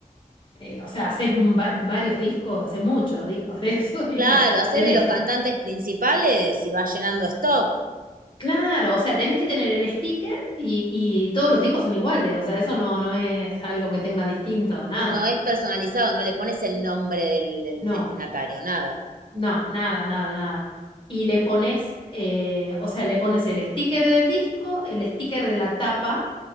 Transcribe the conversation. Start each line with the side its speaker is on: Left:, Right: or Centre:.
Left: eh, o sea, haces va- varios discos, haces muchos discos de eso y
Right: claro.
Left: los
Right: Hacés
Left: tenés.
Right: de los cantantes principales y vas llenando stock.
Left: Claro, o sea, tenés que tener el sticker y, y todos los discos son iguales. O sea, eso no, no es algo que tenga distinto, nada.
Right: No es personalizado, no le pones el nombre del, del
Left: No.
Right: destinatario, nada.
Left: No, nada, nada, nada. Y le pones, eh, o sea, le pones el sticker del disco, el sticker de la tapa,